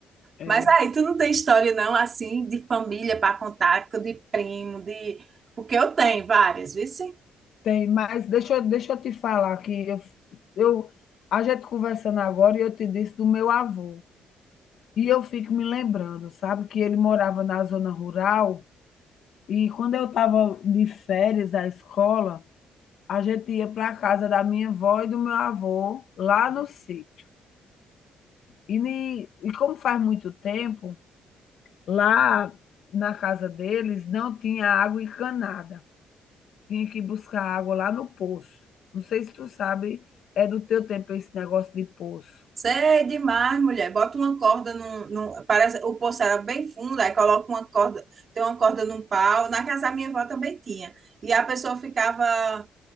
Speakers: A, on the left (about 70°); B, on the right (about 45°).
A: É,
B: Mas aí tu não tem história não assim de família para contar, que de primo, de porque eu tenho várias, viu? sim?
A: tem mas deixa eu deixa eu te falar que eu eu a gente conversando agora e eu te disse do meu avô, e eu fico me lembrando, sabe, que ele morava na zona rural, e quando eu estava de férias da escola a gente ia para a casa da minha avó e do meu avô, lá no sítio. E, e como faz muito tempo, lá na casa deles não tinha água encanada. Tinha que buscar água lá no poço. Não sei se tu sabe, é do teu tempo esse negócio de poço.
B: Cê é demais, mulher. Bota uma corda num, num- parece o poço era bem fundo, aí coloca uma corda, tem uma corda num pau. Na casa da minha avó também tinha. E a pessoa ficava